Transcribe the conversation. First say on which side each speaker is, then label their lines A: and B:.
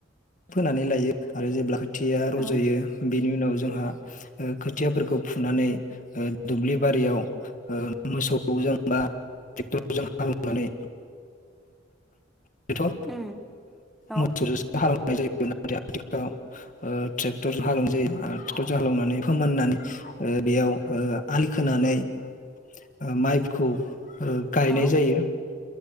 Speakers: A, on the left; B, in the centre.
A: फोनानै लायो आरो जेब्ला थिया रज'यो
B: औ
A: बेनि उनाव जोंहा खोथियाफोरखौ फुनानै दुब्लि बारियाव मोसौजों बा टेक्टरजों हालेनानै बेथ' ओ
B: उम औ
A: मोसौजोंसो हाले <unintelligible> ओ ट्रेक्टरजों हालेवनाय जायो ट्रेक्टरजों हालेवनानै फोमाननानै ओ बेयाव ओ आलि खोनानै ओ माइखौ ओ गायनाय
B: औ
A: जायो